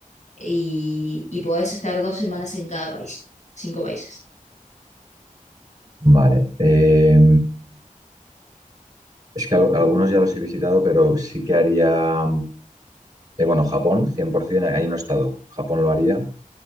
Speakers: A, on the left; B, on the right.
A: y, y podés estar dos semanas en cada país. Cinco países.
B: Vale. eh, es que al- algunos ya los he visitado, pero sí que haría, eh, bueno, Japón, 100%, ahí no he estado. Japón lo haría,